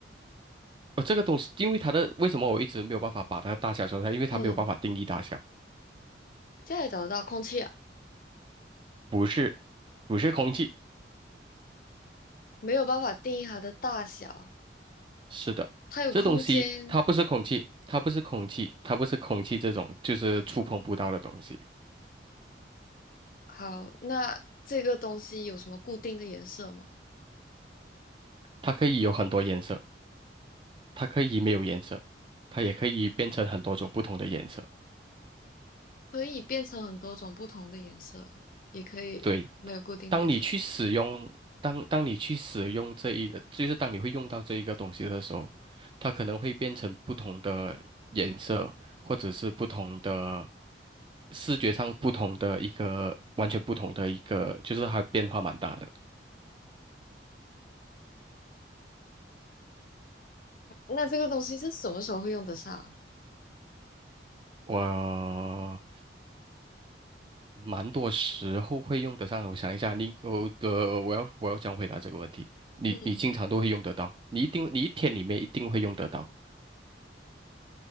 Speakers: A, on the right; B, on the left.
A: 哦，这个东西，因为它的为什么我一直没有办法把它的大小说出来，因为它没有办法定义大小。
B: 嗯，家里找得到空气啊，
A: 不是，不是空气，
B: 没有办法定义它的大小，
A: 是的，
B: 它有空间。
A: 这东西它不是空气，它不是空气，它不是空气这种就是触碰不到的东西，
B: 好，那这个东西有什么固定的颜色吗？
A: 它可以有很多颜色，它可以没有颜色，它也可以变成很多种不同的颜色。
B: 可以变成很多种不同的颜色，也可以没有固定的颜色。
A: 对，当你去使用，当当你去使用这一个，就是当你会用到这一个东西的时候，它可能会变成不同的颜色，或者是不同的视觉上不同的一个，完全不同的一个，就是它变化蛮大的。
B: 那这个东西是什么时候会用得上啊
A: 我蛮多时候会用得上的，我想一下，你我呃，我要我要怎样回答这个问题？你你经常都会用得到，
B: 嗯
A: 你一定你一天里面一定会用得到。